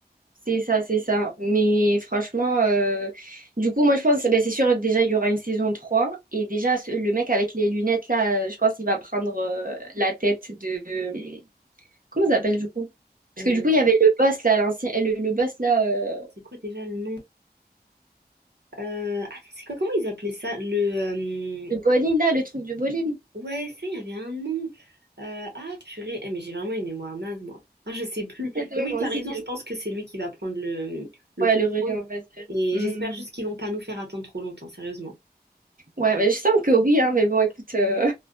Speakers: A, on the right; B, on the right.
A: C'est ça, c'est ça. Mais franchement, euh, du coup, moi, je pense, ben, c'est sûr, déjà, il y aura une saison trois Et déjà, ce- le mec avec les lunettes, là, euh, je pense qu'il va prendre euh, la tête de, Comment ça s'appelle du coup? Parce
B: Euh,
A: que du coup, il y avait le boss là, l'ancien, le, le boss là, euh,
B: c'est quoi déjà le nom? Euh, attends, c'est quoi, comment ils appelaient ça? Le, euh,
A: le bowling là, le truc du bowling.
B: Ouais, ça, il y avait un nom. Euh, ah, purée. Eh, mais j'ai vraiment une mémoire naze, moi. Ah, je sais plus.
A: Oui,
B: Mais oui,
A: moi
B: t'as
A: aussi,
B: raison,
A: tu
B: je pense que c'est lui qui va prendre le, le
A: Ouais,
B: contrôle.
A: le relais, on va dire.
B: Et
A: Hmm.
B: j'espère juste qu'ils vont pas nous faire attendre trop longtemps, sérieusement.
A: Ouais, mais je sens que oui, hein, mais bon, écoute, euh,